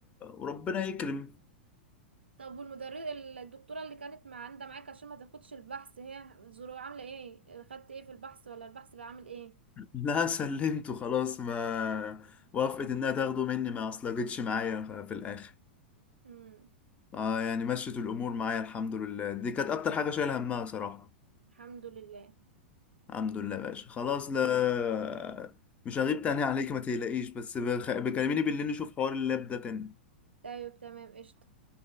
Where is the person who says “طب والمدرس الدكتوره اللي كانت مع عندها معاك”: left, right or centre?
Right